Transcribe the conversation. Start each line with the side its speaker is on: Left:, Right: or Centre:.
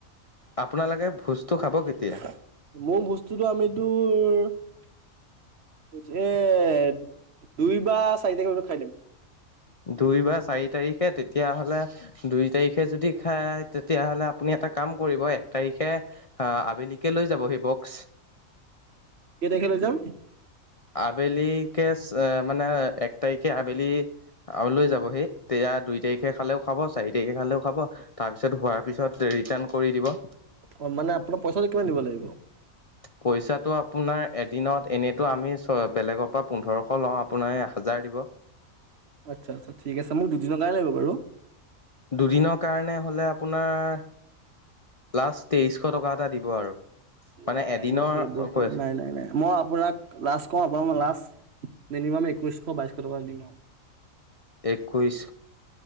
Left: আপোনালোকে ভোজটো খাব
Right: মোৰ
Left: কেতিয়া
Right: বস্তুটো আমিতো দুই বা চাৰি তাৰিখ ভিতৰত খাইদিম।
Left: দুই বা চাৰি তাৰিখে তেতিয়াহ'লে দুই তাৰিখে যদি খায় তেতিয়াহ'লে আপুনি এটা কাম কৰিব এক তাৰিখে আহ, আবেলিকে লৈ যাব সি বক্স।
Right: কে তাৰীখে লৈ যাম?
Left: আবেলিকে মানে এক তাৰিখে আবেলি আৰু লৈ যাব সেই তেয়া দুই তাৰিখে খালেও খাব, চাৰি তাৰিখে খালেও খাব তাৰ পিছত হোৱাৰ পিছত ৰিটাৰ্ণ কৰি দিব।
Right: অ', মানে আপোনাৰ পইচাটো কিমান দিব লাগিব?
Left: পইচাটো আপোনাৰ এদিনত এনেইতো আমি বেলেগৰ পৰা পোন্ধৰশ লওঁ আপোনাৰ হাজাৰ দিব। <inaudible>
Right: আচ্ছা-আচ্ছা ঠিক আছে মোক দুদিনৰ কাৰণে লাগিব বাৰু।
Left: দুদিনৰ কাৰণে হ'লে আপোনাৰ লাষ্ট তেইশ টকা এটা দিব আৰু। মানে
Right: নাই-নাই
Left: এদিনৰ
Right: বহুত কৰিলে বহুত কৰিলে নাই-নাই-নাই মই আপোনাক লাষ্ট কম লাষ্ট মিনিমাম একৈশশ, বাইশশ টকা দিম আৰু।
Left: একৈশ